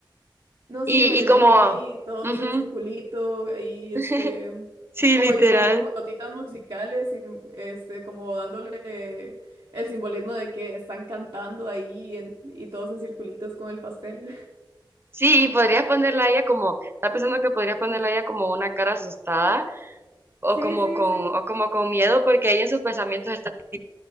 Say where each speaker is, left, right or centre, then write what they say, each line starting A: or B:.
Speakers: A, on the right; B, on the right.
A: No,
B: Y,
A: sí, me lo
B: y como...
A: imagino ahí todos
B: ujú,
A: en circulito, ahí
B: <laughs>
A: este,
B: Sí,
A: como
B: literal.
A: y dibujar como notitas musicales y este, como dándole el simbolismo de que están cantando ahí en- y todos en circulitos con el pastel. <laughs>
B: Sí, y podrías ponerla a ella como, está pensando que podrías ponerla a ella como una cara asustada o
A: Sí,
B: como
A: sí,
B: con,
A: sí,
B: o como con miedo, porque ella en sus pensamientos está tipo,